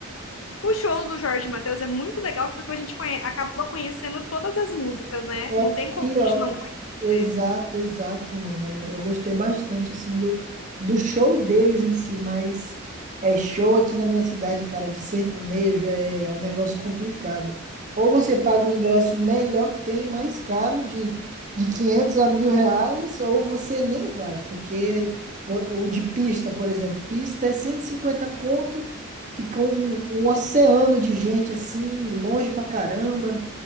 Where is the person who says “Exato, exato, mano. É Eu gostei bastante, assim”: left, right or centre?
Right